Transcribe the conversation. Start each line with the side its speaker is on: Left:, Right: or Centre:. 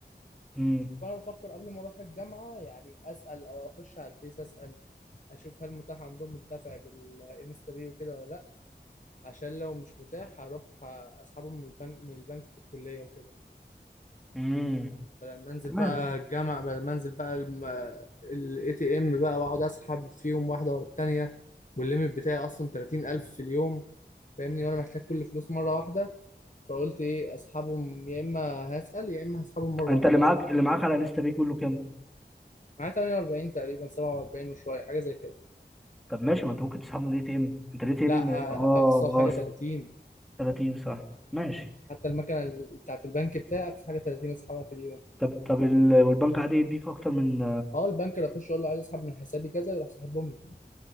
Centre: امم
Left: فأنا بفكر قبل ما أروح الجامعة يعني أسأل أو أخش على الفيس أسأل أشوف هل متاح عندهم الدفع بالإنستا باي وكده ولا لأ عشان لو مش متاح هروح أسحبهم من البنك من البنك في الكلية وكده
Centre: امم
Left: بدل ما أنزل
Centre: تمام
Left: بقى الجامعة بدل ما أنزل بقى الإي تي إم بقى وأقعد أسحب فيهم واحدة ورا التانية والليميت بتاعي أصلا 30000 في اليوم فاهمني وأنا محتاج كل فلوس مرة واحدة فقلت إيه أسحبهم يا إما هسأل يا إما هسحبهم مرة
Centre: انت
Left: واحدة
Centre: اللي معاك اللي معاك على انستا باي كله كام
Left: معاه 48 تقريبا 47 وشويه حاجه زي كده
Centre: طب ماشي ما انت ممكن تسحبه من الاي تي ام انت الاي تي
Left: لا
Centre: ام
Left: آه،
Centre: اه
Left: اقصى حاجه
Centre: اه
Left: 30
Centre: 30 صح ماشي
Left: حتى المكنه ال- بتاعت البنك بتاعي اقصى حاجه 30 اسحبها في اليوم
Centre: طب طب ال... والبنك عادي يديك اكتر من
Left: اه البنك اللي اخش اقول له عايز اسحب من حسابي كذا يروح ساحبهم لي